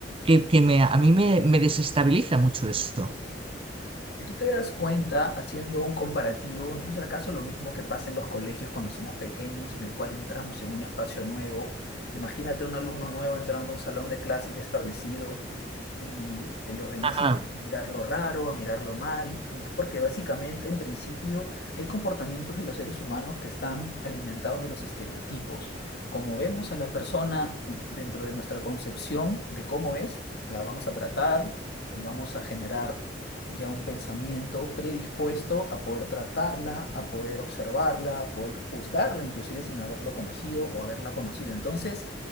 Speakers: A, on the right (about 30°); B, on the left (about 60°).
A: que, que me, a mí me, me desestabiliza mucho esto
B: Si tú te das cuenta, haciendo un comparativo, ¿no es acaso lo mismo que pasa en los colegios cuando somos pequeños, en el cual entramos en un espacio nuevo? Imagínate un alumno nuevo entrando a un salón de clase ya establecido y eh, los demás
A: Ajá.
B: empiezan a mirarlo raro, a mirarlo mal, y es porque básicamente, en principio, hay comportamientos de los seres humanos que están alimentados de los estereotipos. Como vemos a la persona eh, dentro de nuestra concepción de cómo es, la vamos a tratar y vamos a generar ya un pensamiento predispuesto a poder tratarla, a poder observarla, a poder juzgarla, inclusive sin haberlo conocido o haberla conocido. Entonces,